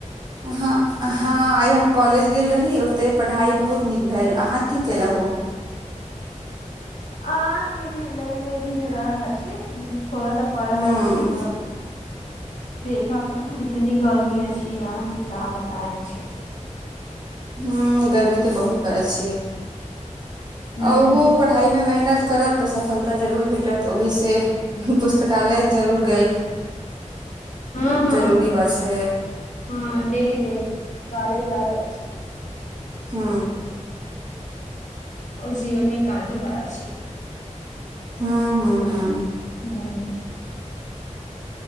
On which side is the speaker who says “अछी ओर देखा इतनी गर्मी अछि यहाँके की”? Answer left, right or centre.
Left